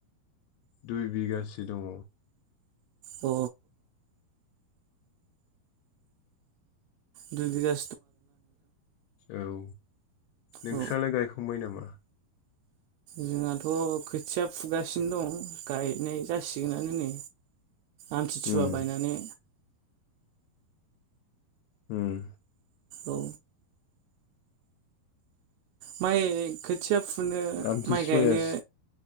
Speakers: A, on the left; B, on the right.
A: दुइ बिगाासो दङ।
B: अ। दुइ बिघा।
A: ओ औ। नोंस्रालाय
B: औ
A: गायखांबाय नामा।
B: जोंहाथ' खोथिया फुगासिनो दं गायनाय जासिगोनानो नै। आमथिसुवा
A: उम
B: बायनानै।
A: उम।
B: औ। माइ खोथिया। फुनो
A: आमथि
B: माइ
A: सुयास
B: गायनो